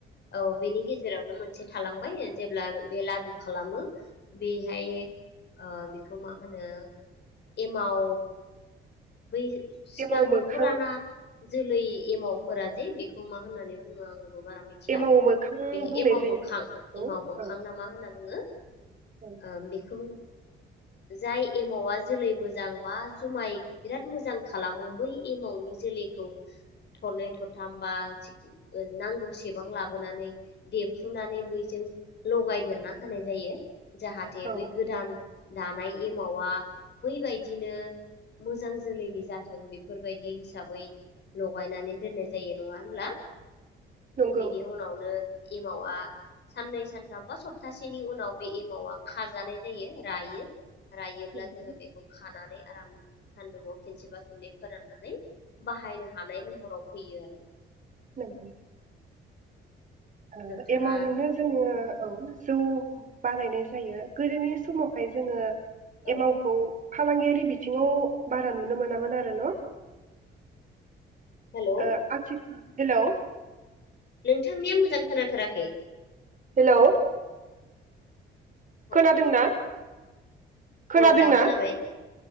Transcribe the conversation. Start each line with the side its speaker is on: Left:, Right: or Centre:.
Left: औ बेनि गेजेरावनो मोन से थालांबाय जेब्ला बे लादु खालामो बेहाय ओ बेखौ मा होनो एमाव बै सिगांनि
Right: एमाव मोखां
Left: फुराना जोलै एमावफोरा जे बेखौ मा होननानै बुङो आं बारा मिथिया
Right: एमाव मोखां
Left: बे
Right: बुंनाय
Left: एमाव
Right: जायो
Left: मोखां
Right: नामा बेखौ
Left: एमाव मोखां
Right: औ
Left: ना मा होनना बुङो ओ
Right: औ
Left: बेखौ जाय एमावा जोलै मोजां बा जुमाय बिराद मोजां खालामो बै एमावनि जोलैखौ थ'रनै थ'रथाम बा नांगौसेबां लाबोनानै देफ्रुनानै बैजों लगायदेरना होनाय जायो। जाहाथे
Right: औ
Left: बै गोदान दानाय एमावा बैबायदिनो मोजां जोलैनि जाथों बेफोरबायदि हिसाबै लगायनानै दोननाय जायो नङा होमब्ला।
Right: नंगौ
Left: बेनि उनावनो एमावा साननै सानथाम बा सप्तासेनि उनाव बे एमावा खाजानाय जायो रायो। रायोब्ला
Right: नंगौ
Left: जोङो बेखौ खानानै आराम सान्दुंङाव खनसेबा खननै फोराननानै बाहायनो हानाय महराव फैयो आरो।
Right: नंगौ ओ
Left: नोंथाङा
Right: एमावजोंनो जोङो औ जौ बारायनाय जायो गोदोनि समावहाय जोङो
Left: औ
Right: एमावखौ फालांगियारि बिथिङाव बारा नुनो मोनामोन आरो न?
Left: हेलौ
Right: ओ आथिखा हेलौ
Left: नोंथांनिया मोजां खोनाथाराखै
Right: हेलौ खोनादोंना
Left: औ हेलौ
Right: खोनादोंना?
Left: औ दा खोनाबाय